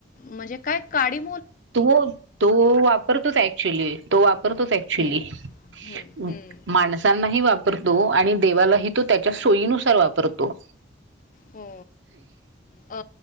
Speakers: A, on the left; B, on the right.
A: म्हणजे,, काय काढऽऽ
B: तू तो वापरतोच ऍक्च्युली,, तो वापरतोच ऍक्च्युली,,
A: हम्म, हम्म,
B: म
A: हम्म.
B: माणसांनाही वापरतो, आणि देवालाही तो त्याच्या सोयीनुसार वापरतो.
A: हो अ